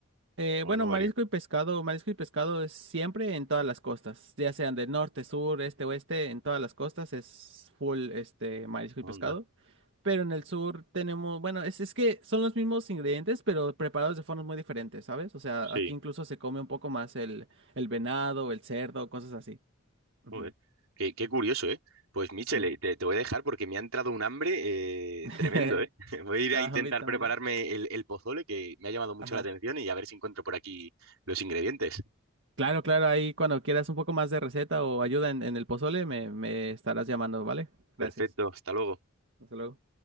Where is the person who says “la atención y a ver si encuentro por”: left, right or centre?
Right